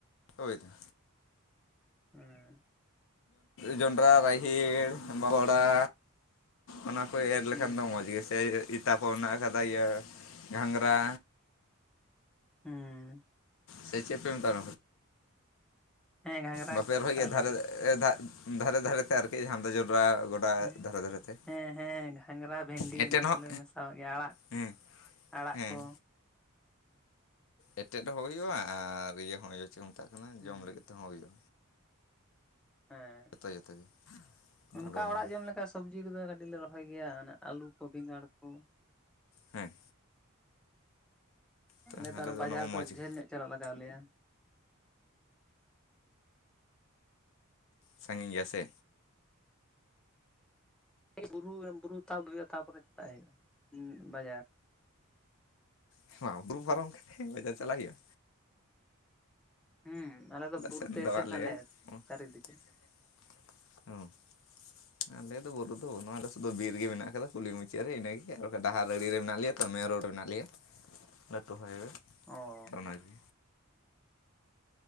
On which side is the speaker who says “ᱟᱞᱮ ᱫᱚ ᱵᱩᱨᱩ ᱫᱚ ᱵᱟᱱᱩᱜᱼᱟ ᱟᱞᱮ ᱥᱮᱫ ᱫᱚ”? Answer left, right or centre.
Left